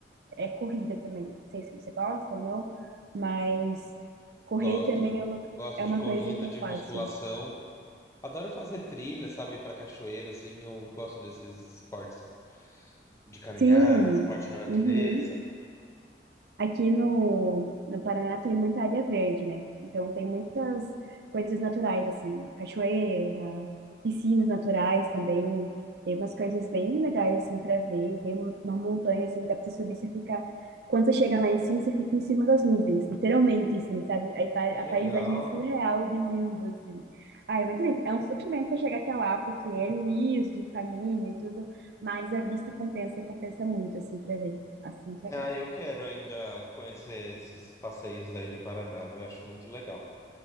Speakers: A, on the right; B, on the left.
A: é corrida também. Não sei se você gosta ou não, mas correr
B: Gosto,
A: também é uma,
B: gosto
A: é
B: de
A: uma
B: corrida,
A: coisa que eu
B: de
A: faço.
B: musculação. Adoro fazer trilha, sabe, para cachoeira, assim. Eu gosto desses esportes de caminhada,
A: Sim,
B: esporte na natureza.
A: uhum. Aqui no, no Paraná tem muita área verde, né? Então tem muitas coisas naturais, assim, cachoeira, piscinas naturais também. Tem umas coisas bem legais, assim, para ver. Tem um- uma montanha, assim, que dá pra você subir, você fica... Quando você chega lá em cima, você fica em cima das nuvens, literalmente, assim, sabe? Aí pa-
B: Que legal.
A: a paisagem é surreal de lindo, assim. Ah, é muito lindo. É um sofrimento para chegar até lá, porque é liso o caminho e tudo, mas a vista compensa e compensa muito, assim, para ver. Assim, muito legal.
B: Ah, eu quero ainda conhecer esses passeios aí do Paraná, viu? Eu acho muito legal.